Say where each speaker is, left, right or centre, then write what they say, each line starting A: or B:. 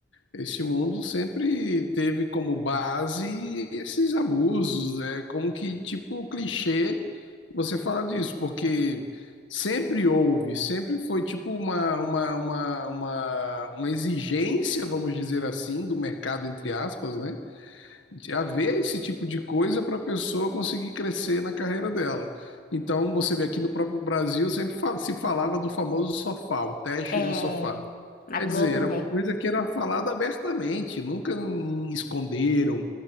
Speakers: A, on the left (about 80°); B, on the left (about 50°).
A: Esse mundo sempre teve como base esses abusos, é como que tipo clichê você fala disso, porque sempre houve, sempre foi tipo uma, uma, uma, uma, uma exigência, vamos dizer assim, do mercado, entre aspas, né? de haver esse tipo de coisa para a pessoa conseguir crescer na carreira dela. Então, você vê aqui no próprio Brasil, sempre fa- se falava do famoso sofá, o teste
B: é...
A: do sofá.
B: Na
A: Quer
B: Globo,
A: dizer, era
B: né?
A: uma coisa que era falada abertamente, nunca hum, esconderam